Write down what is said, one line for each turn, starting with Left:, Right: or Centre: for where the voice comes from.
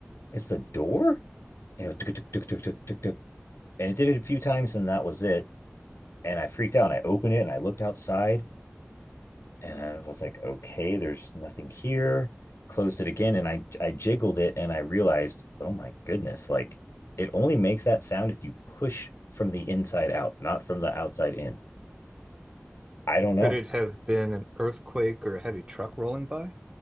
Left: It's the door. And it, duck, duck, duck, duck, duck, duck, duck. and it did it a few times, and that was it. And I freaked out. And I opened it and I looked outside, and I was like, okay, there's nothing here. Closed it again, and I I jiggled it, and I realized, oh my goodness, like it only makes that sound if you push from the inside out, not from the outside in. I don't know.
Right: Could it have been an earthquake or a heavy truck rolling by?